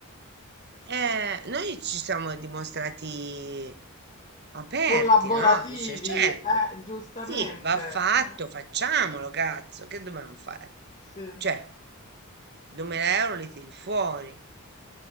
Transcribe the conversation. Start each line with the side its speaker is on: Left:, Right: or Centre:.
Right: eh, noi ci siamo dimostrati aperti,
Left: Collaborativi,
Right: no? Dice, certo,
Left: eh, giustamente.
Right: sì, va fatto,
Left: Eh,
Right: facciamolo, cazzo, che dobbiamo fare?
Left: sì,
Right: Cioè, 2000 euro li tiri fuori.